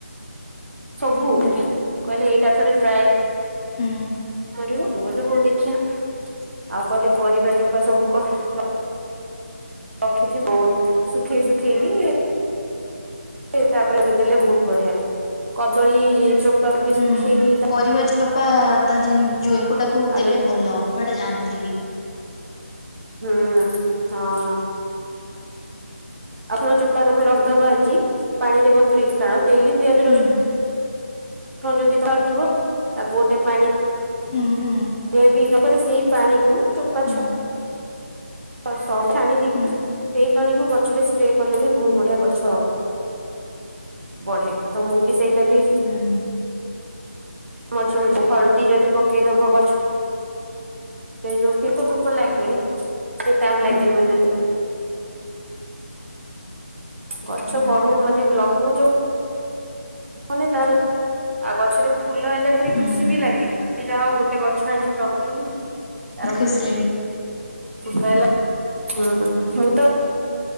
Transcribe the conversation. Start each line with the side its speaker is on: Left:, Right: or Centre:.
Right: ସବୁ
Left: ହୁଁ
Right: ଥିରେ କହିଲେ ଏଇଟା ଥରେ ଟ୍ରାଏ
Left: ହୁଁ
Right: କରିବ। ମୁଁ କହିଲି ହଉ ଦେ ଖିଆ ଆଉ କହିଲେ ପରିବା ଚୋପା ସବୁ ର ରଖିଥିବୁ ଶୁଖେଇ
Left: ହୁଁ
Right: ଶୁଖେଇକି କି ତାପରେ ଏବେ ଦେଲେ ବହୁତ ବଢିଆ କଦଳୀ ଚୋପାକୁ ବି
Left: ହୁଁ
Right: ଶୁଖେଇକି ତା
Left: ପରିବା ଚୋପା ତା ଜେଁ ଯୋ ଏକଟାକୁ
Right: ଆଉ
Left: ଦେଲେ
Right: ଯଦି
Left: ଭଲ ମୁଁ ଏଟା ଜାଣିଥିଲି।
Right: ହୁଁ ହଁ। ଆପଣ ଚୋପା ତମେ ରଖଦବ ଆଜି ପାଣି ରେ ବତୁରେଇକି କା ଡେଲି ପିଆଜ
Left: ହୁଁ
Right: ରସୁଣ ଣ ଯଦି ପାରୁଥିବ ତାକୁ ଗୋଟେ ପାଣି
Left: ହୁଁ ହୁଁ।
Right: ମେ ବି ର ତାରେ ସେଇ ପାଣିକୁ ଚୋପା ଛ
Left: ହୁଁ
Right: ଚୋପା ସ ଛାଣି ଦେଇକି
Left: ହୁଁ
Right: ସେଇ ପାଣି କୁ ଗଛରେ ସ୍ପ୍ରେ କଲେ ବି ବହୁତ
Left: ହୁଁ
Right: ବଢିଆ ଗ ଛ ବଢେ ତ ମୁଁ ବି ସେଇଟା ବି
Left: ହୁଁ
Right: ମଝେ ମଝି ହଲ୍ ଦି ଯଦି ପକେଇଦବ ଗଛ <unintelligible> ଯୋଉ ପକ ପୋକ ଲାଗେ ସେଟା ଆଉ ଲାଗିବନି।
Left: ହୁଁ।
Right: ଗଛ
Left: ହୁଁ
Right: ବଢଉ ମାନେ ଲଗଉଚୁ ମାନେ ତାର ଆଉ ଗଛରେ ଫୁଲ ହେଲେ ଭାରି
Left: ହୁଁ ହୁଁ
Right: ଖୁସି ବି ଲାଗେ ଏ ଯାଉ ଗୋଟେ ଗଛ ଆଣି ଲଗଇନି ତାର <inaudible>
Left: ଖୁସିଲାଗେ।
Right: <unintelligible> ହଁ ହଁ ମୁଁ ତ